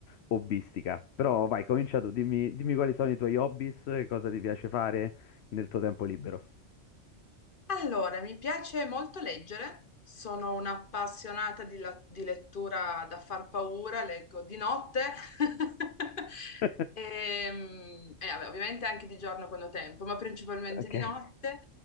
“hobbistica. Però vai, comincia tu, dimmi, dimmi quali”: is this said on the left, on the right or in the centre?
Left